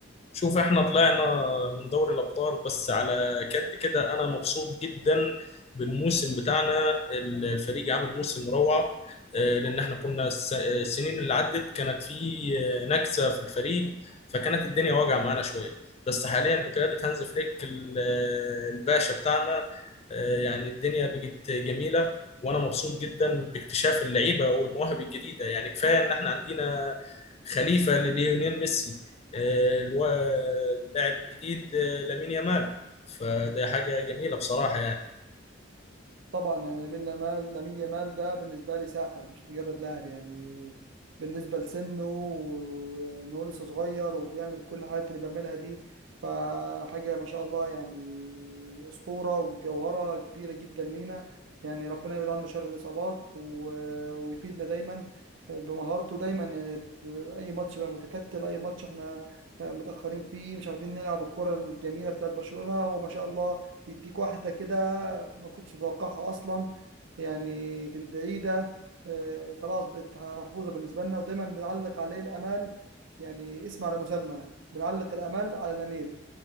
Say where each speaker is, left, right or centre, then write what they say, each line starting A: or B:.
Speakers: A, on the left (about 35°); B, on the right (about 75°).
A: شوف احنا طلعنا من دوري الابطال بس على كد كده انا مبسوط جدا بالموسم بتاعنا ال- الفريق عامل موسم روعه آه، لان احنا كنا الس- السنين اللي عدت كانت في آه، نكسه في الفريق فكانت الدنيا واجعه معانا شويه بس حاليا بقياده هانز فليك ال- آه، الباشا بتاعنا آه، يعني الدنيا بقت جميله وانا مبسوط جدا باكتشاف اللعيبه والمواهب الجديده يعني كفايه ان احنا عندنا خليفه لليونيل ميسي الو- اللاعب الجديد آه، لامين يامال فده حاجة جميلة بصراحة يعني
B: طبعا يعني لامين يامال لامين يامال ده بالنسبه لي ساحر مش مجرد لاعب يعني بالنسبه لسنه وانه لسه صغير وبيعمل كل الحاجات اللي بيعملها دي فحاجه ما شاء الله يعني اسطوره وجوهره كبيره جدا لينا يعني ربنا يبعد عنا شر الاصابات و- ويفيدنا دايما بمهارته دايما يعني ب- اي ماتش بقى متكتل اي ماتش احنا متاخرين فيه مش عارفين نلعب الكره الجميله بتاعت برشلونه وما شاء الله بيديك واحده كده حاجة ما كنتش أتوقعها أصلا يعني في البعيدة آه، خلاص بقت محفوظة بالنسبة لنا ودايما بنعلق عليه الآمال يعني اسم على مسمى بنعلق الآمال على الأميل